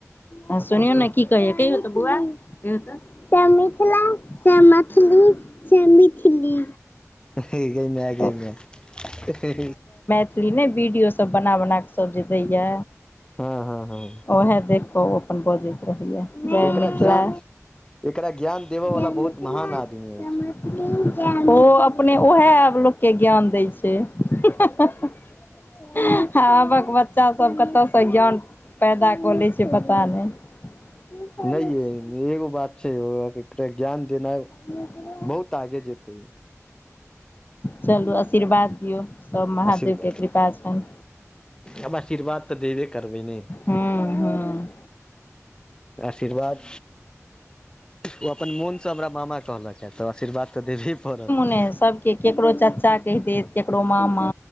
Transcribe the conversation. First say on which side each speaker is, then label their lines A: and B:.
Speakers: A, on the left (about 40°); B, on the left (about 15°).
A: आ सुनियो ने की कहैै कहियो तऽ बुआ कहियौ त च मिथिला च मथिली च मिथिली
B: अहै गई मै गई
A: ओ
B: मै हे
A: फिमें वीडियो सब बना बना कऽ सब जे दैए
B: हँ हँ हँ
A: ओएह देख कऽओ अपन बजैत रहैया जय
B: एकरा
A: मिथिला
B: ज्ञान एकरा ज्ञान देबऽ वाला
A: ज
B: बहुत
A: मिथिला
B: महान आदमी अछि
A: ज म ओ अपने उएह लोकके ज्ञान दै छै हँ आबक वत बच्चा सब कतऽसँ ज्ञान पैदा कऽ लै छै पता नहि की करै
B: नहि य
A: छी
B: एगो बात छै ओकरा ज्ञान देनाय
A: ह <unintelligible> <unintelligible>
B: बहुत आगे जेतै
A: चलू अशीर्वाद दियौ सब महादेव
B: अशीर्क
A: के कृपा छनि
B: अब अशीर्वाद तऽ देबे करबे नहि
A: हूं हूं
B: आशीर्वाद ओ अपन मोनसँ हमरा मामा कहलक किए तऽ आशीर्वाद तऽ देबहे पड़त
A: नै सब के केकरो चाचा कहि देत केकरो मामा